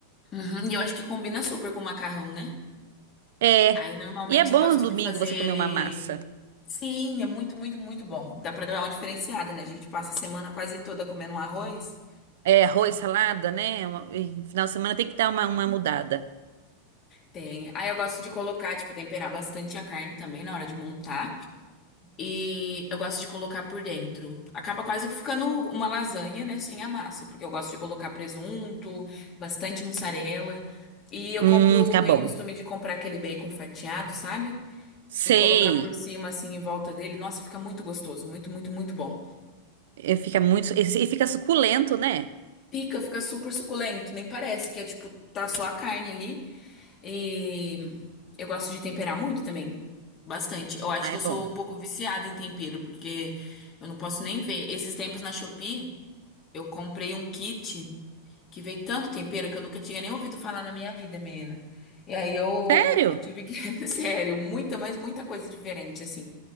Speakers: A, on the left; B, on the right.
A: Uhum, e eu acho que combina super com o macarrão, né?
B: É.
A: Aí, normalmente,
B: E é bom
A: eu gosto
B: no domingo
A: de fazer
B: você
A: ele...
B: comer uma massa.
A: Sim, é muito, muito, muito bom. Dá pra dar uma diferenciada, né? A gente passa a semana quase toda comendo um arroz.
B: É, arroz, salada, né? Uma- e no final de semana tem que dar uma, uma mudada.
A: Tem. Aí eu gosto de colocar, tipo, temperar bastante a carne também na hora de montar. E eu gosto de colocar por dentro. Acaba quase que ficando uma lasanha, né? Sem a massa, porque eu gosto de colocar presunto, bastante mussarela. E eu
B: Hum,
A: compro,
B: fica
A: tenho
B: bom.
A: o costume de comprar aquele bacon fatiado, sabe? E
B: Sei.
A: colocar por cima, assim, em volta dele. Nossa, fica muito gostoso, muito, muito, muito bom.
B: E fica muito. E e fica suculento, né?
A: Pica, fica super suculento, nem parece que é tipo, tá só a carne ali. E eu gosto de temperar muito também. Bastante. Eu acho
B: Ah,
A: que
B: é
A: eu
B: bom.
A: sou um pouco viciada em tempero, porque eu não posso nem ver. Esses tempos na Shopee. Eu comprei um kit que vem tanto tempero que eu nunca tinha nem ouvido falar na minha vida, menina. E aí eu
B: Sério?
A: tive que, <laughs> sério, muita, mas muita coisa diferente, assim.